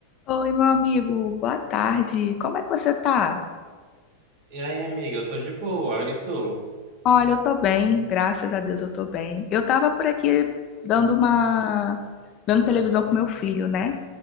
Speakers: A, on the left (about 40°); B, on the right (about 50°).
A: Oi, meu amigo, boa tarde. Como é que você tá?
B: E aí, amiga, eu tô de boa, e tu?
A: Olha, eu tô bem, graças a Deus eu tô bem. Eu tava por aqui dando uma... vendo televisão com meu filho, né?